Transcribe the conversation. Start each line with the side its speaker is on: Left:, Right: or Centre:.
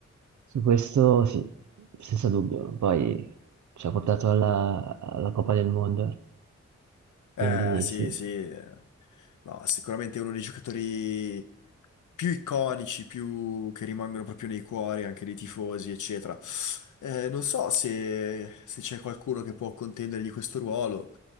Right: Su questo sì, senza dubbio. Poi ci ha portato alla, alla Coppa del Mondo,
Left: Eh
Right: quindi
Left: sì,
Right: sì.
Left: sì, eh. No, sicuramente è uno dei giocatori più iconici, più che rimangono proprio nei cuori anche dei tifosi, eccetera. Eh, non so se, se c'è qualcuno che può contendergli questo ruolo,